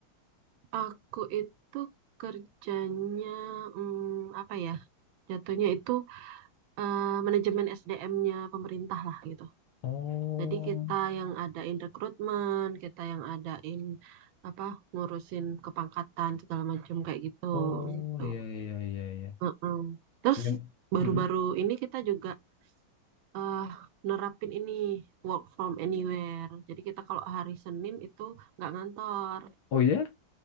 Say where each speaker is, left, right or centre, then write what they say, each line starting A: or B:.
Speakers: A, on the right; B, on the left.
A: Aku itu kerjanya mm, apa ya? Jatuhnya itu eh, manajemen SDM-nya pemerintah lah gitu.
B: Oh,
A: Jadi kita yang adain rekrutmen, kita yang adain apa ngurusin kepangkatan segala macam kayak gitu
B: oh
A: gitu.
B: ya ya ya ya.
A: Heeh. Terus
B: Yang,
A: baru-baru
B: Mm-mm.
A: ini kita juga eh, nerapin ini work from anywhere. Jadi kita kalau hari Senin itu nggak ngantor
B: Oh ya?